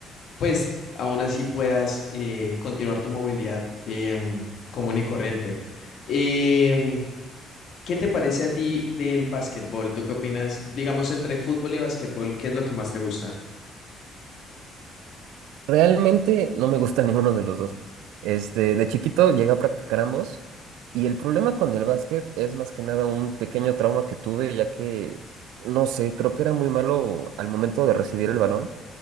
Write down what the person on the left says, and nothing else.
pues aún así puedas eh, continuar tu movilidad em, común y corriente. Em, ¿qué te parece a ti del básquetbol? ¿Tú qué opinas? Digamos, entre fútbol y básquetbol, ¿qué es lo que más te gusta?